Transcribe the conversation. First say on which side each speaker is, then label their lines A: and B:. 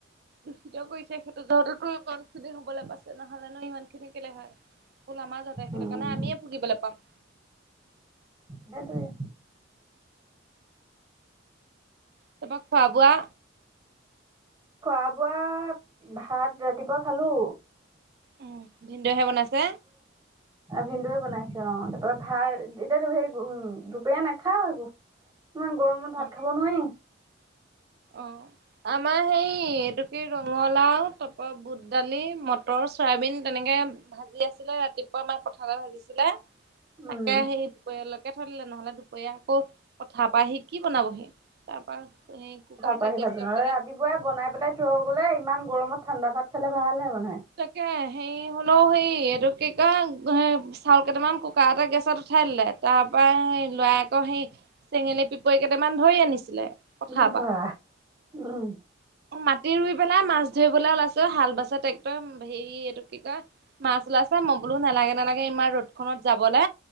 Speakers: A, on the right; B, on the right.
A: দূষিত কৰিছে সেইটো জহতেটো ইমান খিনি হ'বলে পাইছে নহ'লে নো ইমান খিনি কেলে হয়। বোলো আমাৰ জহতে সেইটো
B: উম
A: কাৰণে আমিয়ে ভুগিবলে পাম।
B: সেইটোৱে
A: তাপা খোৱা বোৱা
B: খোৱা বোৱা ভাত ৰাতিপুৱা খালো।
A: উম ভিনদেউহে বনাইছে।
B: ভিন্দুৱে বনাইছে অ, তাপা ভাৰ এ এতিয়াটো সেই দুপৰীয়া নেখাওঁ একো ইমান গৰমত ভাত
A: অ',
B: খাব নোৱাৰি।
A: অ আমাৰ সেই এইটো কি ৰঙলাও তাপা বুট দালি, মটৰ চয়াবিন তেনেকে ভাজি আছিলে ৰাতিপুৱা আমাৰ পথাৰতে ভাজিছিলে।
B: উম
A: তাকে সেই দুপৰীয়া লৈকে থৈ লে নহ'লে দুপৰীয়া আকৌ পথা পা আহি কি বনাবহি। তাপা সেই এটা
B: ৰাতিপুৱাই আহি
A: গেছতে
B: ভাত বনাবলে। ৰাতিপুৱাই বনাই পেলাই থৈ গ'লে ইমান গৰমত ঠাণ্ডা ভাত খালে ভাল হে মানে
A: তাকে। হেৰি হ'লেও হেৰি এইটো কি কয় চাউল কেইটামান কুকাৰটে গেছত উঠাই দিলে তাৰ। পা লৰা আকৌ সেই চেঙেলী পিপই কেইটামান ধৰি আনিছিলে। পথাৰ
B: উম বা
A: পৰা
B: উম।
A: মাটি ৰুই পেলাই মাছ ধৰিবলৈ ওলাইছে হাল বাছে। হেৰি এইটো কি কয় মাছ ওলাইছে মই বোলো নেলাগে নালাগে ইমান ৰদ খনত যাবলে।